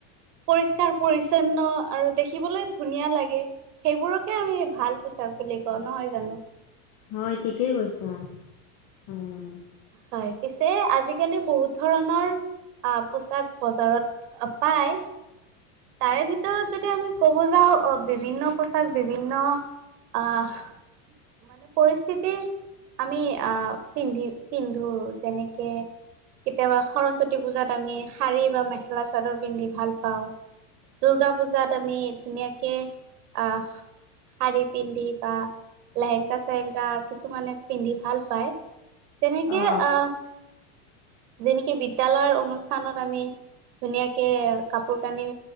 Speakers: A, on the right; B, on the left.
A: পৰিস্কাৰ পৰিচ্ছন্ন আৰু দেখিবলৈ ধুনীয়া লাগে সেইবোৰকে আমি ভাল পোচাক বুলি কও নহয় জানো
B: হয় ঠিকেই কৈছা অহ
A: হয় পিছে আজিকালি বহুত ধৰণৰ আহ পোচাক বজাৰত পায় তাৰে ভিতৰত যদি আমি কব যাও অ', বিভিন্ন পোচাক বিভিন্ন আহ মানে পৰিস্থিতি আমি আহ পিন্ধি পিন্ধো যেনেকে কেতিয়াবা সৰস্বতী পূজাত আমি শাৰী বা মেখেলা চাদৰ পিন্ধি ভাল পাওঁ। দুৰ্গা পূজাত আমি ধুনীয়াকে আহ শাৰী পিন্ধি বা লেহেংকা চেহেংকা কিছুমানে পিন্ধি ভাল পায়। তেনেকে
B: অ
A: আহ যেনেকে বিদ্যালয়ৰ অনুষ্ঠানত আমি ধুনীয়াকে কাপোৰ কানি